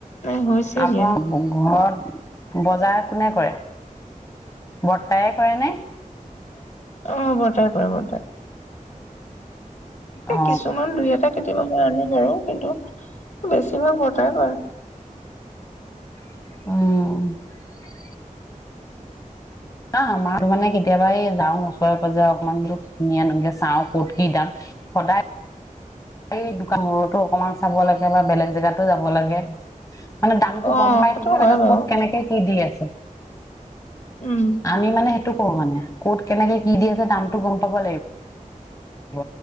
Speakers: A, on the left; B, on the left.
A: এ হৈছে
B: আপ
A: দিয়া।
B: ঘৰ <inaudible> বজাৰ কোনে কৰে বৰ্তাই কৰে নে?
A: অ' বৰ্তাই কৰে বৰ্তাই। এ
B: অ
A: কিছুমান দুই এটা কেতিয়াবা মই আনো বাৰু কিন্তু বেছি মা বৰ্তাই কৰে।
B: অ' আহ আমাৰ মানে কেতিয়াবাই যাঁ‌ও। ওচৰে পাজৰে অকমান এনকে চাওঁ কত কি দাম সদায় এই দোকানবোৰো অকমান চাব লাগে বা বেলেগ জেগাতো যাব লাগে। মানে দামতটো
A: অ',
B: গম পাই
A: সেইটো
B: থাকিব
A: হয়
B: লাগে
A: বাৰু
B: ক'ত কেনেকে কি দি আছে।
A: উম,
B: আমি মানে এইটো কৰ মানে ক'ত কেনেকে কি দি আছে দামতটো গম পাব লাগিব।